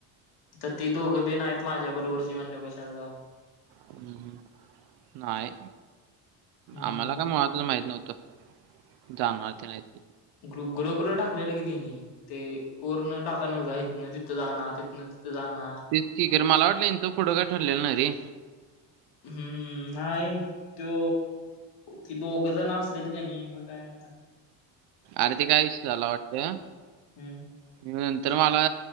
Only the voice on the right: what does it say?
हम्म, हम्म, नाही
आम्हाला काय मुळातच माहिती नव्हतं. जाणार तेन हायत.
तेचकी मला वाटलं इचं फोटं काय ठरलेलं ना रे.
अरे ते काय विषय झाला वाटतं.
नंतर मला